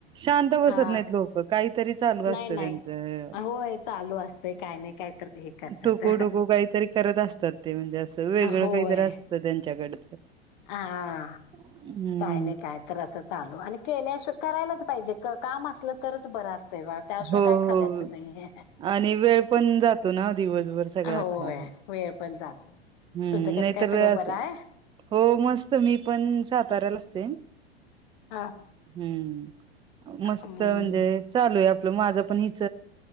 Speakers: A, on the right; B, on the left.
A: शांत बसत
B: हा
A: नाहीत लोक काहीतरी चालू
B: नाही
A: असत
B: नाही
A: त्यांचं.
B: होय चालू असते काय नाही काय तर हे करतात
A: टुकूडुकू काहीतरी करत अस ते म्हणजे असं वेगळं
B: होय
A: काहीतरी असतं त्यांच्याकड
B: हा
A: हम्म.
B: काय नाही काय तर असं चालू आणि केल्या श करायलाच पाहिजे काम असलं तरच बरं असतंय बा त्याशिवाय
A: हो, हो.
B: काय खरायचं नाही.
A: आणि वेळ पण जातो ना दिवसभर सगळ्या
B: होय
A: खा
B: वेळ पण जातो
A: हम्म
B: तुझं कसं
A: नाही
B: काय
A: तर
B: सगळं
A: वेळेचं
B: बरं आहे
A: हो मस्त, मी पण साताऱ्याला असते.
B: हा
A: हम्म. मस्त
B: अम,
A: म्हणजे चालू आहे आपलं माझं पण हिच